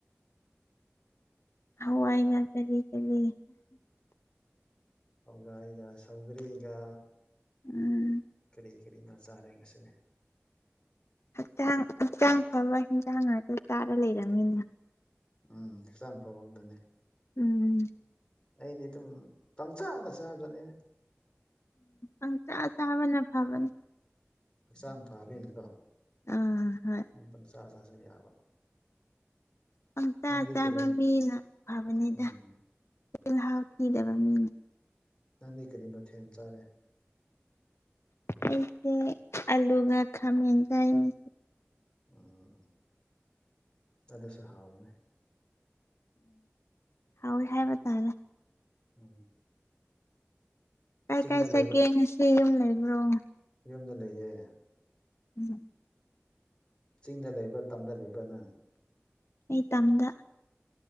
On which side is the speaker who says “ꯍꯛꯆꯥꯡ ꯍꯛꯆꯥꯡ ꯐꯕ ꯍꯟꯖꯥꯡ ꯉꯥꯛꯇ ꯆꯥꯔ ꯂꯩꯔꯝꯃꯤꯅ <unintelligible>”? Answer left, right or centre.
Left